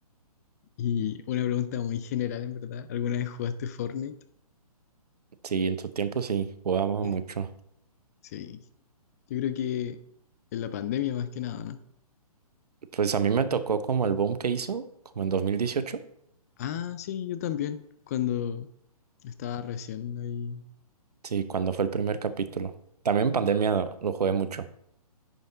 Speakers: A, on the left; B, on the right.
A: Y una pregunta muy general, en verdad. ¿Alguna vez jugaste Fortnite?
B: Sí, en su tiempo sí, jugaba
A: Sí.
B: mucho.
A: Sí, Yo creo que en la pandemia más que nada, ¿no?
B: Pues a mí me tocó como el boom que hizo, como en dos mil dieciocho
A: Ah, sí, yo también, cuando estaba recién ahí.
B: Sí, cuando fue el primer capítulo. También en pandemia lo, lo jugué mucho.